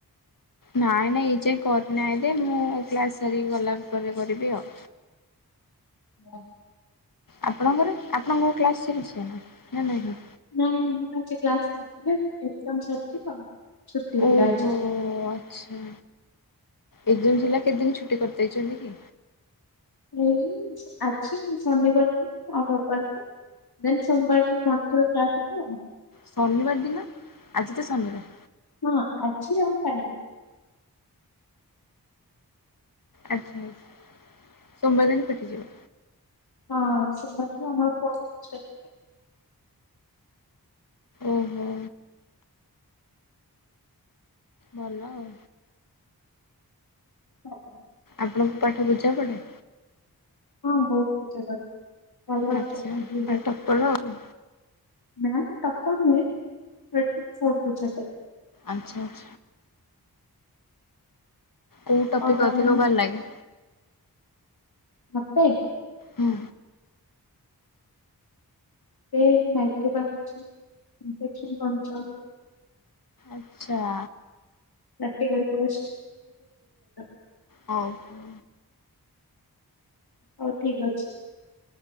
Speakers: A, on the left (about 60°); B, on the left (about 75°).
A: ନାଇଁ ନାଇଁ ଏଇ ଯାଏଁ କରିନାହାନ୍ତି। ମୁଁ କ୍ଲାସ ସାରିକି ଗଲା ପରେ କରିବି ଆଉ।
B: ହଁ।
A: ଆପଣଙ୍କର ଆପଣଙ୍କର କ୍ଲାସ୍ ସରିଛିନା ନା ନାହିଁ।
B: ନାଇଁ ଆମର ଆଜି କ୍ଲାସ <unintelligible> ଏକ୍ଜାମ ସରିଛି ତ ଛୁଟି
A: ଓହୋ
B: ଥିଲା ଆଜି।
A: ଆଚ୍ଛା। ଏକ୍ଜାମ ଥିଲା କେତେଦିନ ଛୁଟି କରିଦେଇଛନ୍ତି କି?
B: ଏଇ ଆଜି ଶନିବାରକୁ ଆଉ ରବିବାରକୁ। ଦେନ୍ ସୋମବାରଠୁ <unintelligible> କ୍ଲାସ୍ ହବ ଆଉ।
A: ଶନିବାର ଦିନ, ଆଜି ତ ଶନିବାର।
B: ହଁ ଆଜି ଆଉ କାଲି।
A: ଆଚ୍ଛା ଆଚ୍ଛା। ସୋମବାର ଦିନ ଫିଟିଯିବ।
B: ହଁ ସୋମବାରଠୁ ଆମର ଫୋର୍ଥ ସେମିଷ୍ଟର୍
A: ଓହୋ। ଭଲ ଆଉ।
B: ହଁ ହବ।
A: ଆପଣଙ୍କୁ ପାଠ ବୁଝା ପଡେ?
B: ହଁ ବହୁତ ପୂଜା କରେ। ଭଲ ଅଛନ୍ତି
A: ଆଚ୍ଛା <unintelligible> କଲ ଆଉ।
B: ନା ମୁଁ ଟପର ନୁହେଁ ବଟ୍ ଅ ସବୁ ବୁଝାପଡେ।
A: ଆଚ୍ଛା ଆଚ୍ଛା। କୋଉ ଟପିକ୍
B: ହଉ ତା
A: ଅଧିକ
B: ମାନେ,
A: ଭଲ ଲାଗେ
B: ମତେ।
A: ହୁଁ।
B: ଏ ମାଇକ୍ରୋ <unintelligible> ଇନଫେକ୍ସନ କଣ <unintelligible>
A: ଆଚ୍ଛା।
B: ଲେଫଟି ଗଣ୍ଡ <unintelligible>
A: ହଉ ହ
B: ହଉ ଠିକ୍ ଅଛି।